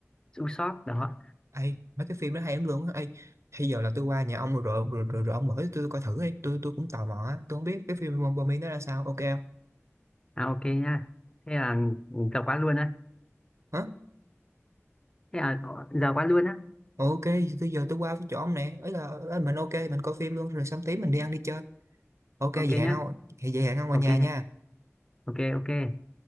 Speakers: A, on the left; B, on the right.
A: Usopp đó
B: Ê, mấy cái phim đó hay lắm luôn á. Ê, Bây giờ là tôi qua nhà ông rồi rồi rồi, rồi, rồi ông mở cho tôi coi thử đi. Tôi tôi cũng tò mò á. Tôi không biết cái phim Bombay nó ra sao. Ok không?
A: À ok nha. Thế là giờ quá luôn á.
B: Hả?
A: Thế à giờ quá luôn á.
B: Ok, bây giờ tôi qua chỗ ông nè. Ấy là ấy, mình ok mình coi phim luôn rồi xong tí mình đi ăn đi chơi. Ok
A: Ok
B: vậy hẹn
A: nhá.
B: ông. Vậy hẹn ông qua
A: Ok
B: nhà nha.
A: ok ok.